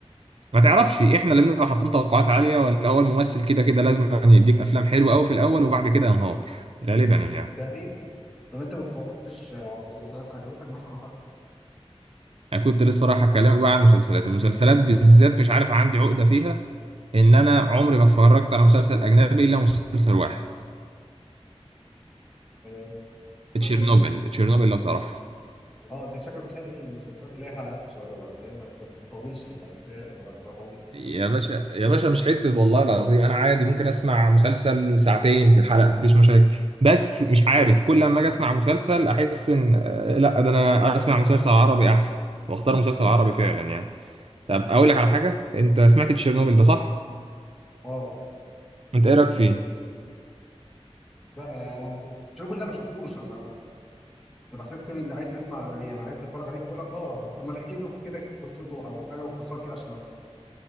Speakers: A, on the right; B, in the centre.
A: ما تعرفش احنا اللي بنبقى حاطين توقعات عاليه ولا هو الممثل كده كده لازم يعني يديك افلام حلوه قوي في الاول وبعد كده ينهار غالبا يعني
B: تقريبا يعني طب انت ما اتفرجتش على مسلسلات عجبتك مثلا حد
A: انا كنت لسه رايح اكلمك بقى عن المسلسلات المسلسلات بالذات مش عارف عندي عقده فيها ان انا عمري ما اتفرجت على مسلسل اجنبي الا مسلسل واحد
B: آه، مسلسل
A: تشيرنوبل
B: ايه؟
A: تشيرنوبل لو تعرفه
B: اه انت شكلك بتحب المسلسلات اللي هي حلقات قصيره اللي هي ما تطولش في الاجزاء ولا تبقى طويله
A: يا باشا يا باشا مش حتة والله العظيم أنا عادي ممكن أسمع مسلسل ساعتين في الحلقة مفيش مشاكل بس مش عارف كل لما اجي اسمع مسلسل احس ان آه، لا ده انا اسمع مسلسل عربي احسن واختار مسلسل عربي فعلا يعني طب اقول لك على حاجه انت سمعت تشيرنوبل ده صح
B: اه
A: انت ايه رايك فيه
B: لا آه، شوف لا ما شفتوش انا انا بحسك بتقول انت عايز تسمع ايه انا عايز تتفرج عليه فبقول لك اه طب ما تحكي له كده قصته او حاجه باختصار كده عشان أعرف.